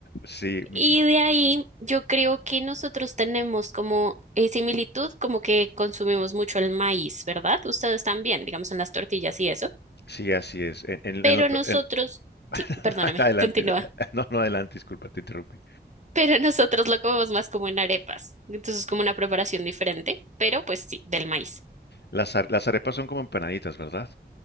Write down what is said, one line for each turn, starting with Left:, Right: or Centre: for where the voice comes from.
Left: Sí, mm,
Right: Y de ahí yo creo que nosotros tenemos como eh, similitud, como que consumimos mucho el maíz, ¿verdad? Ustedes también, digamos, en las tortillas y eso.
Left: sí, así es. En, en-
Right: Pero
Left: en lo pe-
Right: nosotros,
Left: en- <laughs>
Right: sí, perdóname,
Left: no, adelante,
Right: <laughs> continúa.
Left: no, no, adelante, disculpa, te interrumpí.
Right: Pero nosotros lo comemos más como en arepas. Entonces es como una preparación diferente, pero pues sí, del maíz.
Left: Las, ar- las arepas son como empanaditas, ¿verdad?